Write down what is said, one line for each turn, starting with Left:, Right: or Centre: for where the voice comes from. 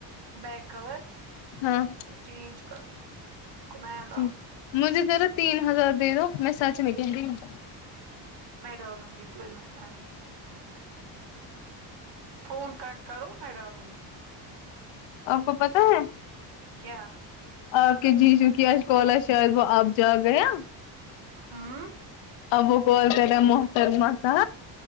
Right: بیک کور
Left: ہاں
Right: اس کو چینج کرو اس کو نیا لؤں
Left: ٹھیک، مجھے ذرا تین ہزار دے دو میں سچ میں کہ رہی ہوں
Right: میں ڈالوں گی کوئی مسئلہ نہیں ہے فون کٹ کرو میں ڈالوں گی
Left: آپ کو پتا ہے
Right: کیا
Left: آپ کے جیجوکی آج کال ہے شاید وہ آپ جا گیا
Right: ہاں
Left: اب وہ کال کر رہا ہے محترمہ کا